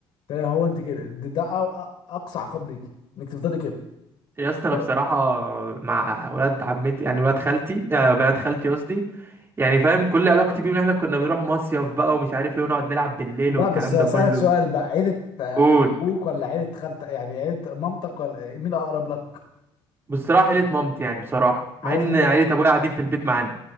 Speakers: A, on the left (about 65°); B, on the right (about 25°).
A: قلت لها هو انت كده ده, ده أو أ- اقصى عقاب ليك انك تفضلي كده
B: يا اسطى
A: طيب.
B: انا بصراحه مع ولاد عمتي يعني ولاد خالتي آه، بنات خالتي قصدي يعني فاهم كل علاقتي بيهم ان احنا كنا بنروح مصيف بقى ومش عارف ايه ونقعد نلعب بالليل
A: لا
B: والكلام
A: بس اسالك
B: ده كله
A: سؤال بقى عيله آه،
B: قول
A: ابوك ولا عيله خالتك يعني عيله مامتك ولا مين اقرب لك
B: بصراحه عيله مامتي يعني بصراحه
A: عارف
B: مع ان
A: ليه بقى
B: عيله ابويا قاعدين في البيت معانا